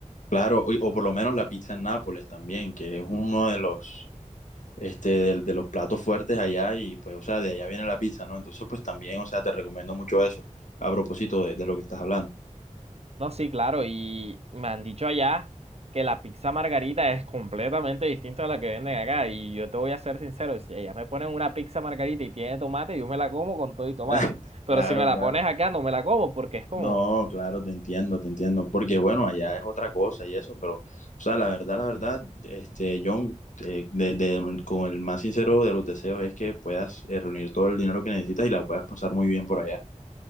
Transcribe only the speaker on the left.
Claro, o, o por lo menos la pizza en Nápoles también, que es uno de los, este, del- de los platos fuertes allá y pues, o sea, de allá viene la pizza, ¿no? Entonces, pues también, o sea, te recomiendo mucho eso, a propósito de, de lo que estás hablando.
<laughs>
Claro,
claro.
No, claro, te entiendo, te entiendo, porque bueno, allá es otra cosa y eso, pero, o sea, la verdad, la verdad, este, John, eh, de- de- con el más sincero de los deseos es que puedas eh, reunir todo el dinero que necesitas y la puedas pasar muy bien por allá.